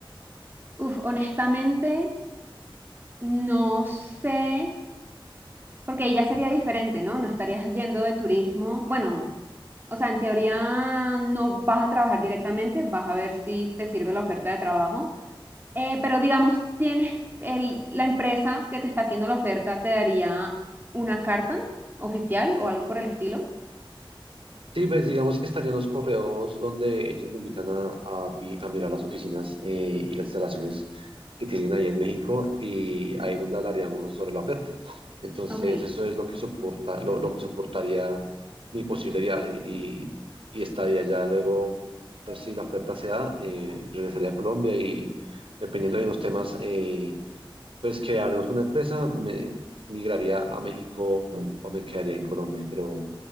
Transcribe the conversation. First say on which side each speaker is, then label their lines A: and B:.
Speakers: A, on the right; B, on the right.
A: Uf, honestamente, no sé, porque ahí ya sería diferente, ¿no? No estarías yendo de turismo. Bueno, o sea, en teoría no vas a trabajar directamente, vas a ver si te sirve la oferta de trabajo Eh, pero digamos, tienes el, la empresa que te está haciendo la oferta, te daría una carta oficial o algo por el estilo.
B: Sí, pues digamos que estarían los correos donde ellos me invitan a, a vi- a mirar las oficinas eh, y las instalaciones que tienen ahí en México y ahí es donde hablaríamos sobre la oferta. Entonces,
A: Ok,
B: eso es lo que soporta, lo, lo que soportaría mi posible viaje y, y estaría ya luego, pues si la oferta se da, eh, regresaría a Colombia y dependiendo de los temas, eh, pues que hablemos con la empresa, me migraría a México o me quedaría en Colombia, pero...